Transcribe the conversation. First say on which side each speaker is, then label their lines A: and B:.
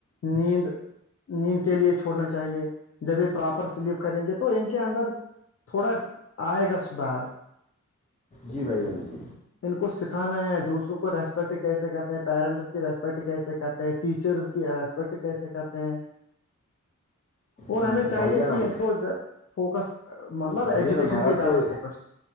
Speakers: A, on the left; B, on the left.
A: نیند نیند کے لیے چھوڑنا چاہیے جب یہ پراپر سلیپ کریں گے تو ان کے اندر تھوڑا آئے گا سدھار
B: جی بھائی جان جی
A: ان کو سکھانا ہے دوسروں کو ریسپیکٹ کیسے کرتے ہیں پیرنٹس کی ریسپیکٹ کیسے کرتے ہیں ٹیچرس ریسپیکٹ کیسے کہتے ہیں اور
B: جی
A: ہمیں جو چاہیے
B: بھائی جان
A: کہ ان کویا فوکس مطلب
B: بھائی
A: ایجوکیشن
B: جان ہمارا
A: پہ زیادہ
B: تو
A: فوکس